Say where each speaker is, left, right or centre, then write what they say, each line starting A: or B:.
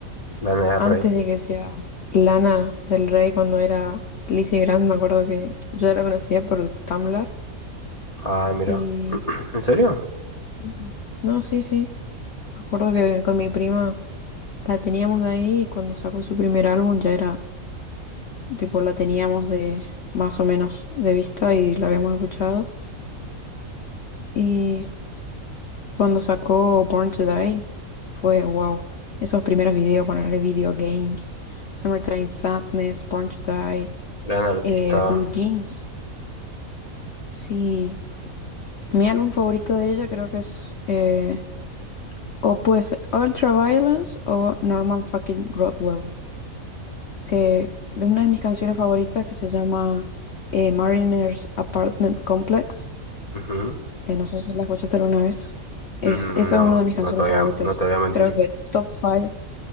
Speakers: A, on the left; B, on the left.
A: Lana del
B: antes
A: Rey.
B: de que sea Lana del Rey, cuando era Lizzy Grant, me acuerdo que yo la conocía por Tumblr.
A: Ah, mira.
B: Y
A: <clears throat> ¿En serio?
B: Mm. No, sí, sí. Me acuerdo que con mi prima la teníamos de ahí y cuando sacó su primer álbum ya era, tipo, la teníamos de más o menos de vista y la habíamos escuchado. Y cuando sacó Born to Die fue wow. Esos primeros videos, ponerle video games, Summertime Sadness, Born to Die,
A: Gran artista.
B: eh, Blue Jeans. Sí, mi álbum favorito de ella creo que es eh, o pues Ultraviolence o Norman fucking Rockwell. que de una de mis canciones favoritas que se llama eh, Mariners Apartment Complex.
A: Ujú.
B: Eh, no sé si la escuchaste alguna vez. Es,
A: Mm,
B: esa
A: No,
B: es una de mis canciones
A: no te voy
B: favoritas.
A: a, no te voy a mentir.
B: Creo que top 5